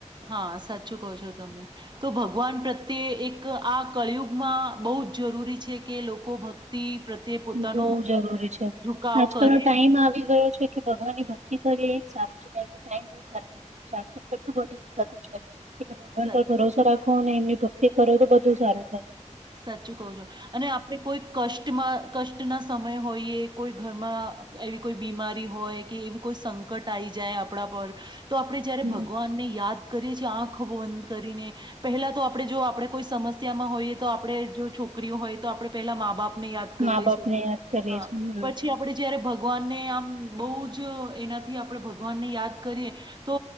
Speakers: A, on the right (about 35°); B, on the right (about 65°).
A: હા સાચું કહો છો તમે, તો ભગવાન પ્રત્યે એ એક આ કળિયુગમાં બહુ જ જરૂરી છે કે લોકો ભક્તિ પ્રત્યે પોતાનો
B: બહ જરૂરી છે,
A: ઝુકાવ
B: આજકાલનો
A: કરે.
B: ટાઈમ આવી ગયો છે કે ભગવાન ની ભક્તિ કરીએ એ જ સારું. ટાઈમ બો ખરાબ આવી ગ્યો છે આજકાલ કેટલું બધું થતું છે. ભગવાન
A: સ
B: પર ભરોસો રાખ કો ને એમની ભક્તિ કરો તો બધું સારું થાય.
A: સાચું કઉ છો અને આપડે કોઈ કષ્ટમાં કષ્ટના સમય હોઈએ કોઈ ઘરમાં એવી કોઈ બીમારી હોય કે એવી કોઈ સંકટ આવી જાય આપણા પર. તો આપણે જ્યારે
B: હમ,
A: ભગવાનને યાદ કરીએ આખ બંધ કરીને, પહેલા તો આપ આપણે જો આપણે કોઈ સમસ્યામાં હોઈએ. તો આપણે જો છોકરીઓ હોય તો આપણે પેલા મા બાપ આપ યાદ કરીએ
B: મા બાપ
A: છી
B: ને યાદ કરીએ
A: હા
B: છીએ હમ
A: પછી આપડે જયારે ભ ભગવાનને આમ બહુ જ એનાથી આપણે ભગવાનને યાદ કરીએ, તો